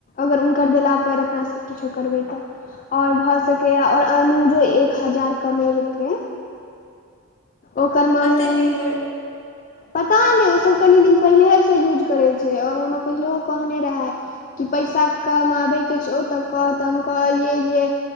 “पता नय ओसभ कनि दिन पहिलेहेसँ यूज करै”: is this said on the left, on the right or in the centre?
Left